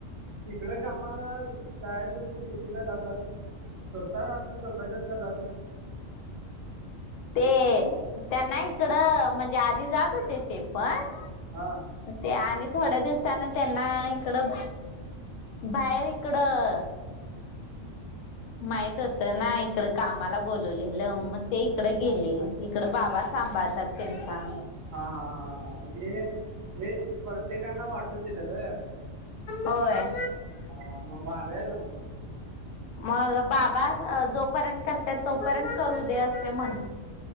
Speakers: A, on the right; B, on the left.
A: तिकडं कामाला जाय सुरु <unintelligible> ते का जातात? स्वतः असून स्वतःच्यात काय जात नाहीत?
B: ते त्यांना इकडं म्हणजे, आधी जातं होते ते पण.
A: हा.
B: ते आणि थोड्या दिवसाांने त्यांना इकडं बाहेर इकडं माहित होत ना, इकडं कामाला बोलवलेलं. मग ते इकडं गेली. इकड बाबा सांभाळतात त्यांचा.
A: हा हा हा हा. हे हे प्रत्येकांना वाटून दिलेत होय?
B: होय.
A: हा, मग भारी आहे तुमचं.
B: मग बाबा जोपर्यंत करत्यात, तोपर्यंत करू दे. असे म्हण